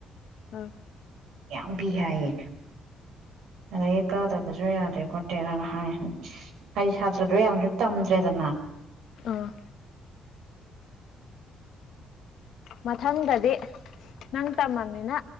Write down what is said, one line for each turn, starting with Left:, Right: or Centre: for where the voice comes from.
Left: ꯑꯥ
Right: ꯌꯥꯝ ꯄꯤ ꯍꯥꯏꯌꯦ ꯑꯗꯒꯤ ꯀꯥꯗꯕꯁꯨ ꯌꯥꯗꯦ ꯈꯣꯠꯇꯦꯔꯅ ꯍꯥꯏ ꯍꯥꯏꯗꯤ ꯁꯥꯇ꯭ꯔꯗꯣ ꯌꯥꯝꯁꯨ ꯇꯝꯗ꯭ꯔꯦꯗꯅ
Left: ꯑꯥ ꯃꯊꯪꯗꯗꯤ ꯅꯪ ꯇꯝꯃꯅꯤꯅ